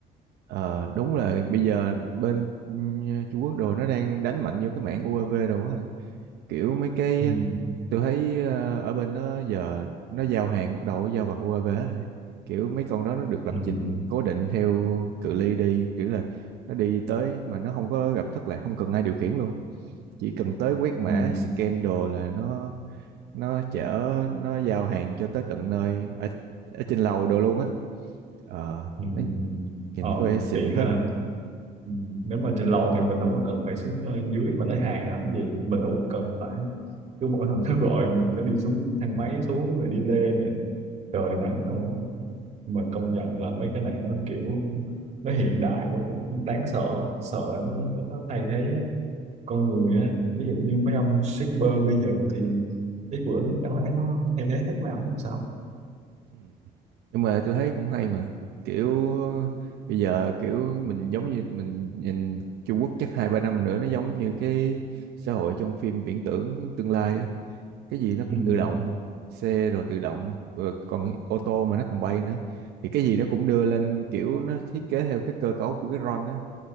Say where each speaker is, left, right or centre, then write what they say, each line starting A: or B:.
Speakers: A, on the right; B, on the right.
A: ờ, đúng là bây giờ bên ừ, Trung Quốc đồ nó đang đánh mạnh vô cái mảng UAV đồ á, kiểu mấy cái
B: ừ,
A: tôi thấy ờ, ở bên nó giờ nó giao hàng bắt đầu giao bằng UAV hết rồi. kiểu mấy con đó nó được lập
B: ừ, ừ,
A: trình cố định theo cự ly đi kiểu là nó đi tới mà nó không có gặp thất lạc không cần ai điều khiển luôn chỉ cần tới quét mã
B: ừ,
A: scan đồ là nó nó chở nó giao hàng cho tới tận nơi ở ở trên lầu đồ luôn á ờ
B: ừ.
A: nó
B: ừ.
A: nhìn
B: ờ
A: có vẻ xịn
B: tiện
A: phết
B: ha Ừ, nếu mà trên lầu thì mình đâu có cần phải xuống ờ, dưới mà lấy hàng làm gì mình đâu có cần phải cứ mỗi lần nó gọi mình phải đi xuống thang
A: ừ.
B: máy xuống rồi đi lên rồi trời nắng thôi Nhưng mà công nhận là mấy cái này nó kiểu nó hiện đại quá cũng đáng sợ sợ nó, nó, nó thay thế con người á ví dụ như mấy ông shipper bây giờ thì ít bữa nữa chẳng lẽ nó thay thế hết mà không sao
A: Ừ. nhưng mà tôi thấy cũng hay mà kiểu bây giờ kiểu mình giống như mình nhìn Trung Quốc chắc hai ba năm nữa nó giống như cái xã hội trong phim viễn tưởng tương lai á cái gì nó cũng
B: ừ.
A: tự động xe rồi tự động rồi còn ô tô mà nó còn bay nữa thì cái gì nó cũng đưa lên kiểu nó thiết kế theo cái cơ cấu của cái drone á